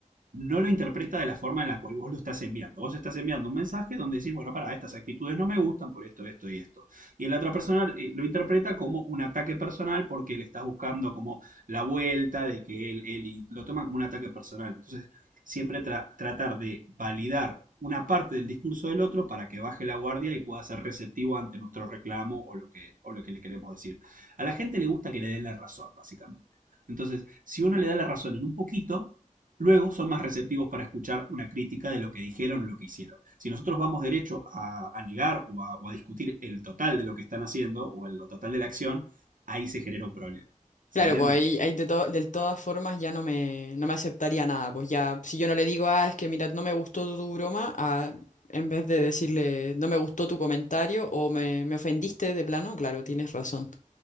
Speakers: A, on the right; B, on the left.
A: no lo interpreta de la forma en la cual vos lo estás enviando. Vos estás enviando un mensaje donde decís, bueno, para, estas actitudes no me gustan por esto, esto y esto. Y la otra persona eh, lo interpreta como un ataque personal porque le estás buscando como la vuelta de que él, él y lo toma como un ataque personal. Entonces, siempre tra- tratar de validar una parte del discurso del otro para que baje la guardia y pueda ser receptivo ante nuestro reclamo o lo que, o lo que le queremos decir. A la gente le gusta que le den la razón, básicamente. Entonces, si uno le da la razón en un poquito, Luego son más receptivos para escuchar una crítica de lo que dijeron o lo que hicieron. Si nosotros vamos derecho a, a negar o a, o a discutir el total de lo que están haciendo o el total de la acción, ahí se genera un problema. ¿Se
B: Claro,
A: entiende?
B: pues ahí, ahí de, to- de todas formas ya no me, no me aceptaría nada. Pues ya, si yo no le digo, ah, es que mira, no me gustó tu broma, ah, en vez de decirle, no me gustó tu comentario o me, me ofendiste de plano, claro, tienes razón.